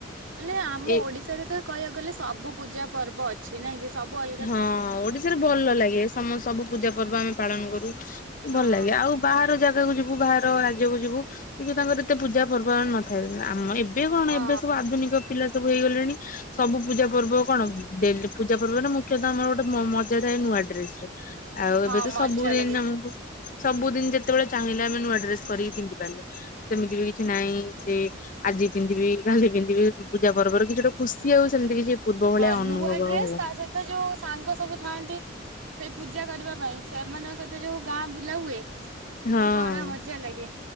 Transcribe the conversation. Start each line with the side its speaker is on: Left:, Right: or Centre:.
Right: ମାନେ ଆମ
Left: ଏ
Right: ଓଡିଶାରେ ତ କହିବାକୁ ଗଲେ ସବୁ ପୂଜା ପର୍ବ ଅ ଅଛି ନାଇଁ କିି ସବୁ ଅ
Left: ହଁ ଓଡିଶାରେ ଭଲ ଲାଗେ ସମ ସବୁ ପୂଜା ପର୍ବ ଆମେ ପାଳନ କରୁ
Right: ହଁ
Left: ଭଲ ଲାଗେ ଆଉ ବାହାର ଜାଗାକୁ ଯିବୁ ବାହାର ରାଜ୍ୟକୁୁ ଯିବୁ। କି ତାଙ୍କର ଏତେ ପୂଜା ପର୍ବ ନଥାଏ ଆମ ଏବେ କଣ
Right: ହଁ
Left: ଏବେ ସବୁ ଆଧୁନିକ ପିଲା ସବୁ ହେଇ ଗଲେଣି। ସବୁ ପୂଜା ପର୍ବ କଣଡେ ପୂଜା ପର୍ବ ନା ମୁଁ ଆମର ଗୋଟେ ମ-ମଜା ଥାଏ ନୂଆ ଡ୍ରେସ ରେ ଆଉ
Right: ହଁ
Left: ଏବେ ତ
Right: ମଜା
Left: ସବୁ ଦିନ
Right: ଲାଗେ
Left: ସବୁଦିନ ଯେତେବେଳେ ଚାହିଁଲେ ଆମେ ନୂଆ ଡ୍ରେସ କରିକି ପିନ୍ଧି ପାରିଲେ। ସେମିତି ବି କିଛି ନାହିଁ ଯେ ଆଜି ପିନ୍ଧିବି କାଲି ପିନ୍ଧିବି ପୂଜା ପର୍ବରେ କିଛି ଗୋଟେ ଖୁସି ଆଉ ସେମିତି କିଛି ପୂର୍ବ ଭଳିଆ
Right: ହଁ
Left: ଅନୁଭବ
Right: ନୂଆ ଡ୍ରେସ୍
Left: ହଉ
Right: ତା ସହିତ ଯୋଉ ସାଙ୍ଗ ସବୁ ଥାଆନ୍ତି। ସେଇ ପୂଜା କରିବା ପାଇଁ ସେମାନଙ୍କ ସହିତ ଯୋଉ ଗାଁ ବୁଲା ହୁଏ।
Left: ହଁ।
Right: ବହୁତ ବଢିଆ ମଜା ଲାଗେ